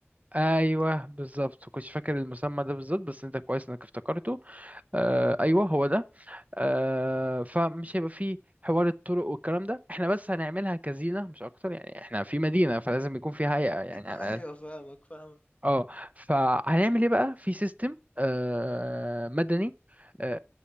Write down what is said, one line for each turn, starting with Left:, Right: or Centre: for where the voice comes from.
Right: ايوه بالظبط كنتش فاكر المسمى ده بالظبط بس انت كويس انك افتكرته آه، ايوه هو ده آه، فمش هيبقى فيه حوار الطرق والكلام ده احنا بس هنعملها كزينة مش اكتر يعني احنا في مدينة فلازم يكون فيها هيئة يعني
Left: <laughs>
Right: على
Left: ايوه
Right: الاقل
Left: فاهمك فاهمك
Right: اه فهنعمل ايه بقى في سيستم آه مدني آه